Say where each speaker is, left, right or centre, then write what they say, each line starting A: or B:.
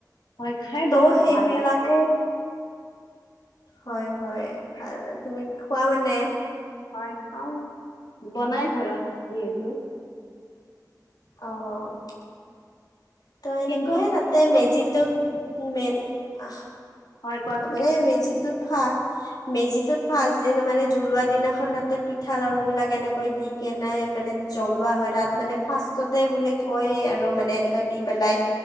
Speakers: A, on the left; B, on the left.
A: হয় খাই
B: ত'
A: বহুত
B: সেইবিলাকো
A: ভাল লাগে দেই
B: হয় হয়, ভাল, তুমি খোৱা মানে।
A: হয় খাও বনাই ঘৰত যিহেতু
B: অ'। ত' এনেকৈয়ে
A: কিন্তু চ
B: তাতে, মেজিটোত-মেইন আহ
A: হয় কোৱাচোন
B: মানে মেজিটো ফা মেজিটোত ফাৰ্ছ দিনা মানে জ্বলোৱা দিনাখন তাতে পিঠা, লাৰুবিলাক এনেকৈ দি কেনাই মানে জ্বলোৱা হয়, তাত মানে ফাৰ্ষ্টতে বোলে কয় আৰু মানে এনেকৈ দি পেলাই,